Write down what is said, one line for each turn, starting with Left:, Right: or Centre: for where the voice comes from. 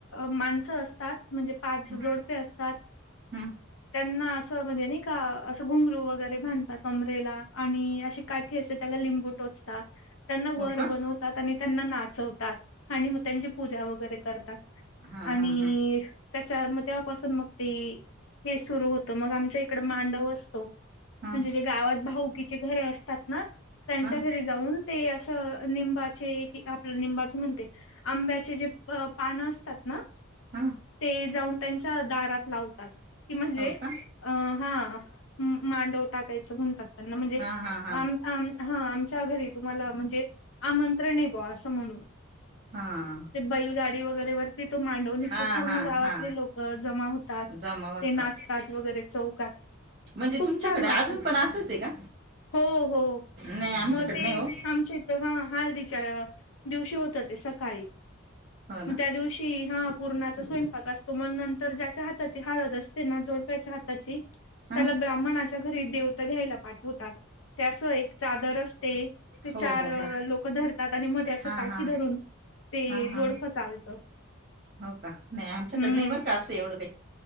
Left: माणसं असतात म्हणजे पाच
Right: हम्म
Left: जोडपे असतात
Right: हम्म
Left: त्यांना असं म्हणजे नाही का असं घुमरू वगैरे बांधत कमरेला आणि अे काठी असते त्याला लिंबू टोचतात त्यांना वर
Right: हो का?
Left: बनवतात आणि त्यांना नाचवतात आणि मग त्यांची पूजा वगैरे करतात
Right: हा
Left: आणि
Right: हा हा
Left: त्याच्या तेव्हापासून मग ते हे सुरु होत मग आमच्या इकड मांडव असतो म्हणजे
Right: हा
Left: जे गावात भाऊकीचे घर असतात ना त्यांच्या
Right: हा
Left: घरी जाऊन ते असं लिंबाचे आपलं लिंबाचे म्हणते आंब पान असतात ना
Right: हा
Left: ते जाऊन त्यांच्या दारात लाव कि म्हणजे
Right: हो का
Left: अ हा मांडव टाकायचं म्हणतात त्यांना म्हणजे
Right: हा हा हा
Left: आम हा आमच्या घरी तुम्हाला म्हणजे आमंत्रण येतो असं म्हणून
Right: हा.
Left: ते बैलगाडी वगैरे वरती तो मांडव निघतो
Right: हा
Left: पूर्ण
Right: हा
Left: गावातले
Right: हा
Left: लोक जमा होतात ते
Right: जमा होतात
Left: नाचतात वगैरे चौकात
Right: म्हणजे
Left: खूप
Right: तुमच्याकडे
Left: छान वाटत
Right: अजून पण असंच आहे का?
Left: हो हो
Right: नाही आमच्याकडे
Left: मग ते
Right: नाही हो
Left: आमच्या इथ हा हळदीच्या दिवशी होत ते सकाळी
Right: हो ना
Left: मग त्या दिवशी हा पूर्णाचा स्वयंपाक असतो मग नंतर ज्याच्या हात हाची हळद असते ना जोडप्याच्या हाताची
Right: हा
Left: त्याला ब्राह्मणाच्या घरी देवता घ्यायला पाठवतात त्यास एक चादर असते ते
Right: हो
Left: चार
Right: हो हो.
Left: लोक धरतात आणि मध्ये अस
Right: हा
Left: काठी
Right: हा
Left: धरून ते
Right: हा हा
Left: जोडपं चालतं
Right: हो का नाही आमच्याकड
Left: हम्म
Right: नाही बर का असं एवढं काही